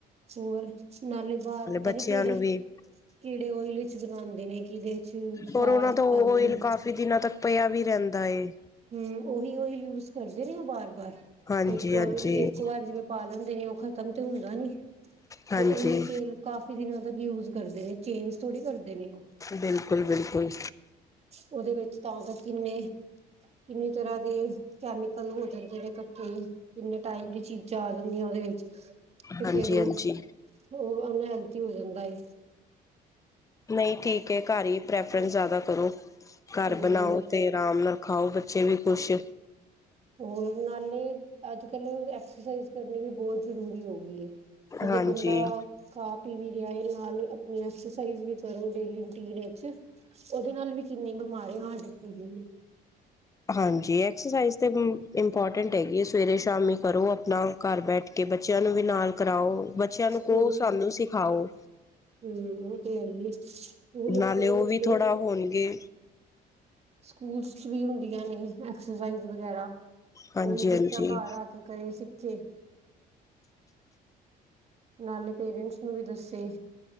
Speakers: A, on the right (about 40°); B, on the left (about 20°).
A: ਹੋਰ ਨਾਲੇ ਬਾਹਰ ਪਤਾ
B: ਬੱਚਿਆਂ
A: ਨੀ ਕਿਹੜੇ-ਕਿਹੜੇ
B: ਨੂੰ ਵੀ
A: ਓਇਲ ਚ ਬਣਾਉਂਦੇ ਨੇ ਕਿਹਦੇ ਚ ਸਾਗ
B: ਹੋਰ ਉਹਨਾਂ ਤੋਂ
A: ਤਲਦੇ
B: ਆਇਲ
A: ਨੇ
B: ਕਾਫੀ ਦਿਨਾਂ ਤੱਕ ਪਿਆ ਵੀ ਰਹਿੰਦਾ ਏ
A: ਹਮ ਉਹੀ ਉਹੀ ਯੂਜ਼ ਕਰਦੇ ਨੇ ਉਹ ਬਾਰ ਬਾਰ
B: ਹਾਂਜੀ
A: ਇੱਕ ਵਾਰ
B: ਹਾਂਜੀ
A: ਇੱਕ ਵਾਰ ਜਿਵੇਂ, ਪਾਲ ਹੁੰਦੇ ਨੇ ਉਹ ਤਾਂਮ ਤੇ ਹੁੰਦਾ ਨੀ। ਫੇਰ
B: ਹਾਂਜੀ
A: ਉਹੀ ਤੇਲ ਕਾਫੀ ਦਿਨਾਂ ਤੱਕ ਯੂਜ ਕਰਦੇ ਨੇ ਚੇਂਜ ਥੋੜ੍ਹੀ ਕਰ ਨੇ
B: ਬਿਲਕੁਲ ਬਿਲਕੁਲ
A: ਉਹਦੇ ਵਿੱਚ ਤਾਂ ਕਿੰਨੇ? ਕਿੰਨੀ ਤਰ੍ਹਾਂ ਦੇ ਕੈਮੀਕਲ ਹੋ ਜਾਂਦੇ ਨੇ ਕੱਠੇ ਕਿੰਨੇ ਟਾਈਪ ਦੀ ਚੀਜ਼ਾਂ ਆ ਜਾਂਦੀਆਂ ਉਹਦੇ ਵਿੱਚ। ਤੇ
B: ਹਾਂਜੀ
A: ਫੇਰ ਉਹ-ਉਹ
B: ਹਾਂਜੀ
A: ਅਨਹੈਲਥੀ ਹੋ ਜਾਂਦਾ ਏ।
B: ਨਹੀਂ ਠੀਕ ਹੈ, ਘਰ ਹੀ ਪ੍ਰੈਫਰੈਂਸ ਜ਼ਿਆਦਾ ਕਰੋ। ਘਰ
A: ਹੂੰ
B: ਬਣਾਓ, ਤੇ ਆਰਾਮ ਨਾਲ ਖਾਓ, ਬੱਚੇ ਵੀ ਖ਼ੁਸ਼।
A: ਹੋਰ ਨਾਲੇ ਅੱਜ ਕੱਲ ਐਕਸਰਸਾਈਜ਼ ਕਰਨੀ ਵੀ ਬਹੁਤ ਜਰੂਰੀ ਹੋ ਗਈ ਏ ਕਿ
B: ਹਾਂਜੀ
A: ਜੇ ਬੰਦਾ ਖਾ ਪੀ ਵੀ ਰਿਹਾ ਨਾਲ ਅਪਨੀ ਐਕਸਰਸਾਈਜ਼ ਵੀ ਕਰੋ ਡੇਲੀ ਰੂਟੀਨ ਇਚ। ਉਹਦੇ ਨਾਲ ਵੀ ਕਿੰਨੀ ਬਿਮਾਰੀ <unintelligible>
B: ਹਾਂਜੀ ਐਕਸਰਸਾਈਜ਼ ਤੇ ਇੰਪੋਰਟੈਂਟ ਹੈਗੀ ਸਵੇਰੇ ਸ਼ਾਮੀ ਕਰੋ ਆਪਣਾ ਘਰ ਬੈਠ ਕੇ ਬੱਚਿਆਂ ਨੂੰ ਵੀ ਨਾਲ ਕਰਾਓ। ਬੱਚਿਆਂ ਨੂੰ ਕਹੋ
A: ਹੋਰ
B: ਸਾਨੂੰ ਸਿਖਾਓ।
A: ਹੂੰ <unintelligible> ਸਕੂਲ ਵਿੱਚ
B: ਨਾਲੇ
A: ਹੁੰਦੀਆਂ
B: ਉਹ ਵੀ ਥੋੜਾ ਹੋਣਗੇ
A: ਸਕੂਲ ਚ ਵੀ ਹੁੰਦੀਆਂ ਨੇ ਅਕ ਸਸਾਈਜ਼ ਵਗੈਰਾ
B: ਹਾਂਜੀ
A: ਓਹੀ
B: ਹਾਂਜੀ
A: ਬੱਚਾ ਘਰ ਆ ਕੇ ਕਰੇ ਚੇ। ਨਾਲੇ ਪੇਰੈਂਟਸ ਨੂੰ ਵੀ ਦੱਸ <unintelligible>